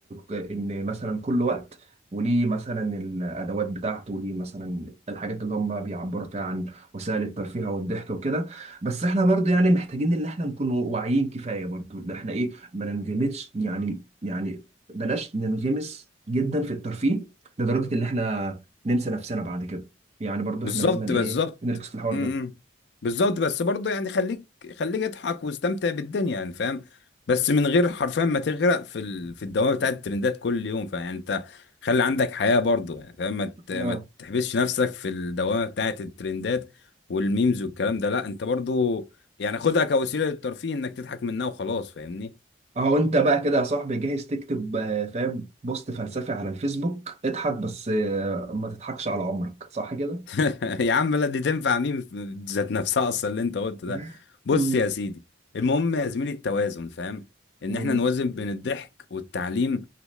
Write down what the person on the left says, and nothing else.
بالظبط
بالظبط
امم بالظبط بس برضه يعني خليك خليك اضحك واستمتع بالدنيا يعني فاهم بس من غير حرفيا ما تغرق في ال... في الدوامه بتاعت الترندات كل يوم فيعني انت خلي عندك حياه برضه يعني فاهم ما ت... ما
تحبسش نفسك في الدوامه بتاعت الترندات والميمز والكلام ده لا انت برضه يعني خدها كوسيله للترفيه انك تضحك منها وخلاص فاهمني
<laughs> يا عم لا دي تنفع مين في- ذات نفسها اصلا اللي انت قلته
ده بص
يا سيدي المهم يا زميلي التوازن فاهم ان
احنا نوازن بين الضحك والتعليم